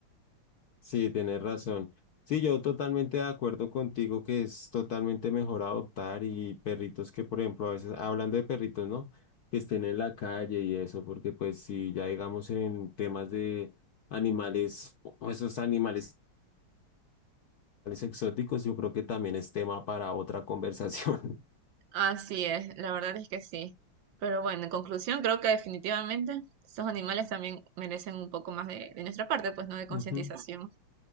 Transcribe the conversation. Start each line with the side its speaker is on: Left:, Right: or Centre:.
Left: Sí, tienes razón. Sí, yo totalmente de acuerdo contigo que es totalmente mejor adoptar y perritos que, por ejemplo, a veces, hablando de perritos, ¿no? Que estén en la calle y eso, porque pues si ya digamos en temas de animales, o esos animales exóticos, yo creo que también es tema para otra conversación.
Right: Así es, la verdad es que sí. Pero bueno, en conclusión, creo que definitivamente estos animales también merecen un poco más de, de nuestra parte, pues no de concientización.
Left: <laughs> Ujú.